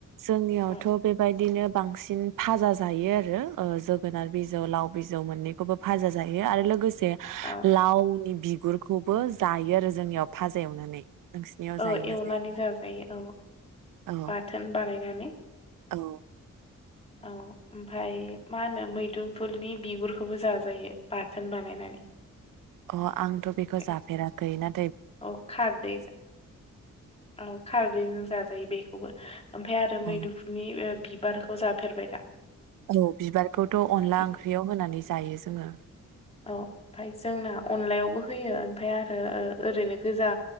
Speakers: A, on the right (about 90°); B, on the left (about 20°).
A: जोंनियावथ'
B: उम,
A: बेबायदिनो बांसिन फाजा जायो आरो जोगोनार बिजौ लाव बिजौ मोन्नैखौबो फाजा जायो आरो लोगोसे बे
B: औ
A: लावनि बिगुरखौबो जायो आरो जोंनियाव फाजा एवनानै। नोंसिनियाव
B: औ
A: जायोना
B: एवनानै
A: जाया
B: जाजायो औ।
A: औ
B: बाथोन बानायनानै।
A: औ
B: औ ओमफ्राय मा होनो मैदुफुलनि बिगुरखौबो जाजायो बाथोन बानायनानै।
A: अ आंथ' बेखौ जाफेराखै
B: औ
A: ना
B: औ खारदैजों औ खारदैजों जाजायो बेखौ। खौबो ओमफ्राय आरो मैदुफुलनि
A: औ
B: बि बिबारखौ जाफेरबाय दा?
A: औ बिबारखौथ' अनला
B: बि-
A: ओंख्रियाव होनानै ज जायो जोङो।
B: औ ओमफफ्राय जोंना अनलायावबो होयो ओमफ्राय आरो ओरैनो गोजा